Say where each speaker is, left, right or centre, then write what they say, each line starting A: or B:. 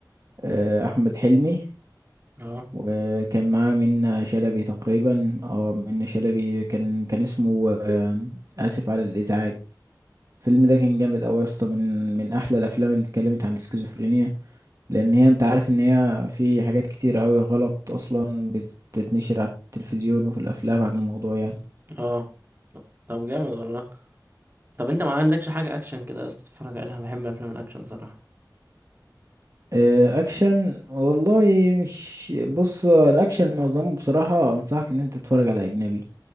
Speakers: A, on the right; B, on the right.
A: آه، احمد حلمي
B: اه
A: وكان معاه منة شلبي تقريبا اه منة شلبي كان كان اسمه آه، اسف على الازعاج الفيلم ده كان جامد قوي يا اسطى من من احلى الافلام اللي اتكلمت عن السكيزوفرينيا لان هي انت عارف ان هي في حاجات كتير قوي غلط اصلا بتتنشر على التلفزيون وفي الافلام عن الموضوع يعني
B: اه طب جامد والله طب انت ما عندكش حاجه اكشن كده يا اسطى تتفرج عليها بحب افلام الاكشن صراحه
A: آه، اكشن والله مش بص الاكشن معظمه بصراحة انصحك ان انت تتفرج على اجنبي